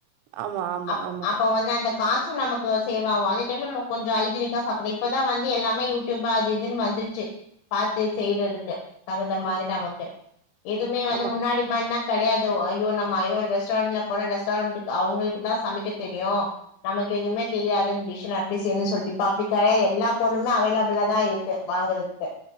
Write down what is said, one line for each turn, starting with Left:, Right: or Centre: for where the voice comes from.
Right: ஆமா ஆமா
Left: அப்
Right: ஆமா
Left: அப்ப வந்து அந்த காசு நமக்கு சேவ் ஆவு அதே டைம் நம்ம கொஞ்சோ ஐஜீனிக்கா சாப்புற இப்பதா வந்து எல்லாமே யூடியூப அது இதுன் வந்துரு ச்சு பாத்து செய்றதுக்கு தகுந்த மாரி நமக்கு எதுமே வந்து
Right: ஆமா
Left: முன்னாடி மார்லா கடயாது ஒ ஐயோ நம்ம ஐயோ ரெஸ்டாரெண்ட்ல போனா ரெஸ்டாரன்ட்டுக்கு அவுங்களுக்கு தா சமைக்க தெரியு நமக்கு எதுவுமே தெரியாது இந் டிஷ்ஷில்லா எப்டி செய்யணுன் சொல்ட்டு இப்ப அப்டி கெடயா எல்லா பொருளுமே அவைலபுளா தா இருக்கு வாங்குறத் க்கு